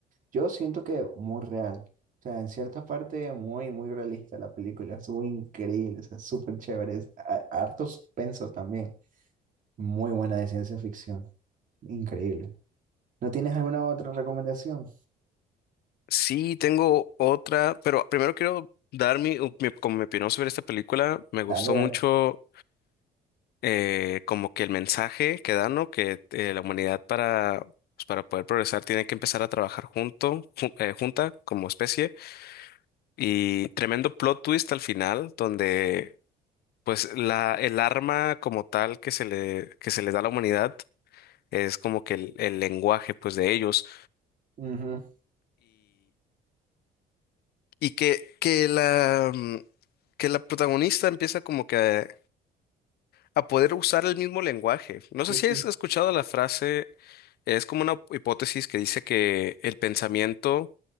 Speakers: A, on the right (about 50°); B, on the left (about 70°).
A: Yo siento que muy real. O sea, en cierta parte muy, muy realista la película. Estuvo increíble, o sea, súper chévere. es a- Harto suspenso también. Muy buena de ciencia ficción. Increíble. ¿No tienes alguna otra recomendación?
B: Sí, tengo otra, pero primero quiero dar mi, u- mi- como mi opinión sobre esta película. Me gustó
A: Dale, dale.
B: mucho eh, como que el mensaje que da, ¿no? Que eh, la humanidad para, pues, para poder progresar tiene que empezar a trabajar junto, ju- eh, junta como especie. Y tremendo plot twist al final, donde pues la, el arma como tal que se le, que se le da a la humanidad es como que el, el lenguaje pues de ellos.
A: Ujú.
B: Y que, que la, mm, que la protagonista empieza como que a, a poder usar el mismo lenguaje. No
A: Sí,
B: sé si
A: sí.
B: has escuchado la frase, es como una hipótesis que dice que el pensamiento